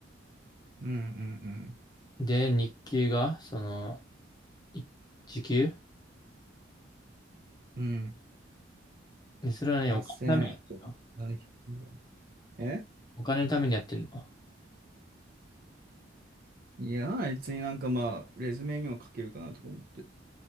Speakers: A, on the right; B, on the left.
A: うんうん
B: で、日給が、その、い時給
A: うん。うん。
B: ね、それはね、
A: 8700ぐらい。
B: お金のためにやってんの。
A: え
B: お金のためにやってんの。
A: いや、別になんかまあ、レズメには書けるかなとか思って。う